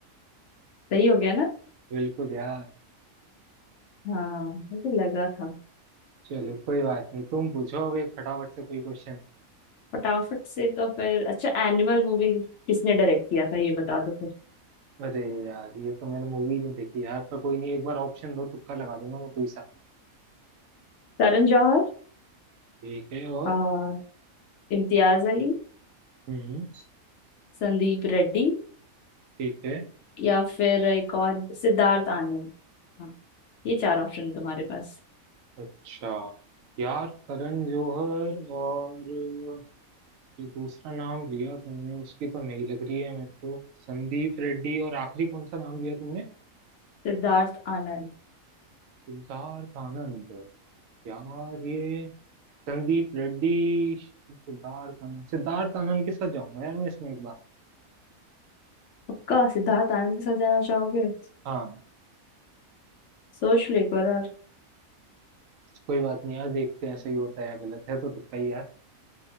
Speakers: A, on the left; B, on the right.
A: सही हो गया ना
B: बिल्कुल यार
A: हाँ मुझे लगा था
B: चलो कोई बात नहीं तुम पूछो अब एक फटाफट से कोई क्वेश्चन
A: फटाफट से तो फिर अच्छा एनिमल मूवी किसने डायरेक्ट किया था ये बता दो फिर
B: अरे यार ये तो मैंने मूवी नहीं देखी यार पर कोई नहीं एक बार ऑप्शन दो तुक्का लगा दूंगा मैं कोई सा
A: करण जौहर
B: ठीक है और
A: आ, इम्तियाज अली
B: हम्म
A: संदीप रेड्डी
B: ठीक है
A: या फिर एक और सिद्धार्थ आनंद हाँ, ये चार ऑप्शन तुम्हारे पास
B: अच्छा यार करण जौहर और जो दूसरा नाम लिया तुमने उसकी तो नहीं लग रही है मेरे को संदीप रेड्डी और आखिरी कौन सा नाम लिया तुमने
A: सिद्धार्थ आनंद
B: सिद्धार्थ आनंद यार ये संदीप रेड्डी सिद्धार्थ आनंद सिद्धार्थ आनंद के साथ जाऊंगा यार मैं इसमें एक बार
A: पक्का सिद्धार्थ आनंद के साथ जाना चाहोगे
B: हाँ
A: सोच लो एक बार और
B: कोई बात नहीं यार देखते हैं सही होता है या गलत है तो तुक्का ही यार